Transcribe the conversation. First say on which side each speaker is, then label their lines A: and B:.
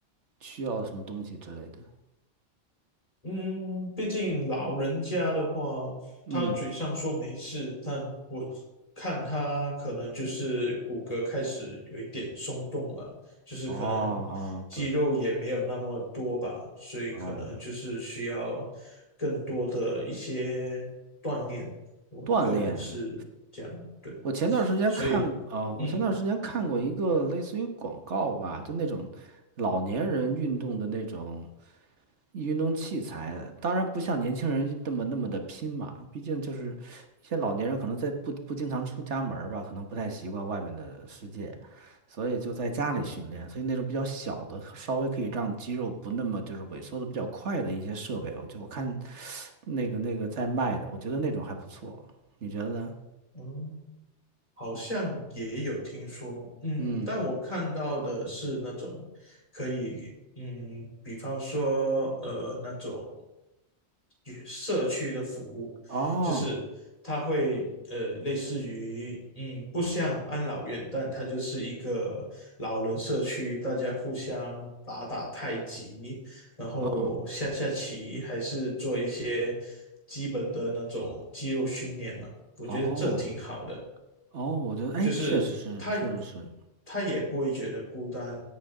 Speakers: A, on the right; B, on the left.
A: 需要什么东西之类的。
B: 嗯，毕竟老人家的话，
A: 嗯，
B: 他嘴上说没事，但我看他可能就是骨骼开始有一点松动吧，就是可能肌肉也没有那么多吧，
A: 哦哦，对，
B: 所以可能就是需要
A: 哦，
B: 更多的一些锻炼。我个人是这样，
A: 锻炼。
B: 对，
A: 我前段时间看过，
B: 所以嗯。
A: 哦，我前段时间看过一个类似于广告吧，就那种老年人运动的那种，运动器材，当然不像年轻人那么那么的拼嘛，毕竟就是一些老年人可能在不不经常出家门儿吧，可能不太习惯外面的世界，所以就在家里训练，所以那种比较小的，稍微可以让肌肉不那么就是萎缩的比较快的一些设备，我就我看那个那个在卖的，我觉得那种还不错，你觉得呢？
B: 哦，好像也有听说，嗯，
A: 嗯，
B: 但我看到的是那种可以，嗯，比方说，呃，那种与社区的服务，
A: 哦，
B: 就是它会，呃，类似于，嗯，不像安老院，但它就是一个老人社区，大家互相打打太极，然后下下棋，
A: 哦，
B: 还是做一些基本的那种肌肉训练嘛，我觉得这挺好的。
A: 哦，哦，我觉得，哎，
B: 就是他
A: 确实是，确实是，
B: 他也不会觉得孤单，